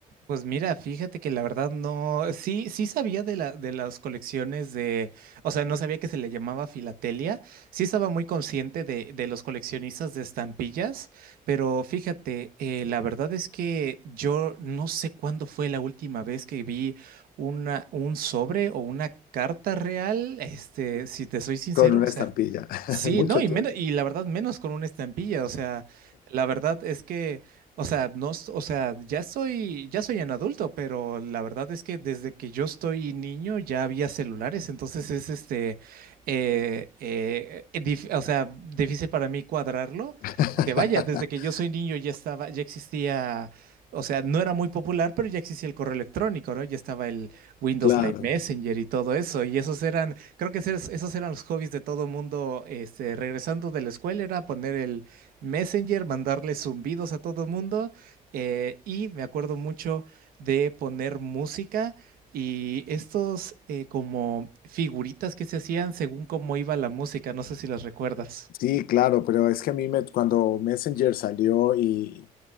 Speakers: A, on the right; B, on the left.
A: Pues mira, fíjate que la verdad no, sí, sí sabía de la, de las colecciones de, o sea, no sabía que se le llamaba filatelia, sí estaba muy consciente de, de los coleccionistas de estampillas, pero fíjate, eh, la verdad es que yo no sé cuándo fue la última vez que vi una, un sobre o una carta real, este, si te soy sincero,
B: con una
A: o sea,
B: estampilla, <laughs>
A: sí,
B: mucho
A: no, y
B: tiempo.
A: menos, y la verdad menos con una estampilla, o sea, la verdad es que... O sea, no, s- o sea, ya soy, ya soy un adulto, pero la verdad es que desde que yo estoy niño ya había celulares, entonces es este, eh, eh, eh, dif- o sea, difícil para mí cuadrarlo,
B: <laughs>
A: porque vaya, desde que yo soy niño ya estaba, ya existía, o sea, no era muy popular, pero ya existía el correo electrónico, ¿no? Ya estaba el Windows
B: Claro,
A: Live Messenger y todo eso, y esos eran, creo que esos, esos eran los hobbies de todo mundo, este, regresando de la escuela era poner el Messenger, mandarle zumbidos a todo el mundo eh, y me acuerdo mucho de poner música y estos eh, como figuritas que se hacían según cómo iba la música, no sé si las recuerdas.
B: sí, claro, pero es que a mí me, cuando Messenger salió y,